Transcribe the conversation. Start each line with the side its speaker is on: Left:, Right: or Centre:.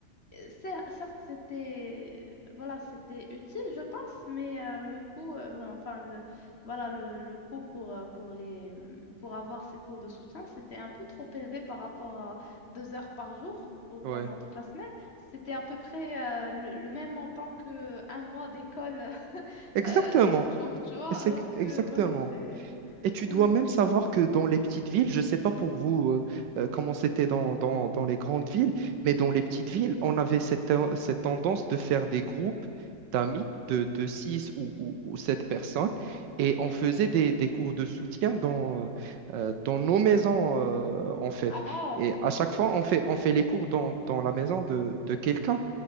Left: Euh, cer- Certes, c'était, voilà, c'était utile, je pense, mais euh, le coût, euh, enfin, le, voilà, le, le coût pour, euh, pour les, mm, pour avoir ces cours de soutien, c'était un peu trop élevé par rapport à deux heures par jour
Right: <laughs>
Left: pour-
Right: Ouais.
Left: pendant toute la semaine. C'était à peu près euh, le, le même montant que un mois d'école <laughs>
Right: Exactement.
Left: euh, chaque jour, tu vois,
Right: C'est
Left: alors
Right: exactement.
Left: que, voilà, c'est,
Right: Et tu
Left: ouais.
Right: dois même savoir que dans les petites villes, je ne sais pas pour vous euh, euh, comment c'était dans, dans, dans les grandes villes, mais dans les petites
Left: Mhm.
Right: villes, on avait cette, ten- cette tendance de faire des groupes d'amis de, de 6 ou, ou, ou 7 personnes et on faisait des, des cours de soutien dans, euh, dans nos maisons euh, en fait.
Left: Ah,
Right: Et à chaque
Left: ok.
Right: fois, on fait, on fait les cours dans, dans la maison de, de quelqu'un.